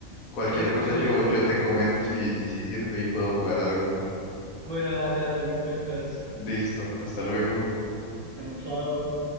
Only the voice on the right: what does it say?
sí,
sí.
Bueno, dale, dale, me cuentas.
Bueno, chao.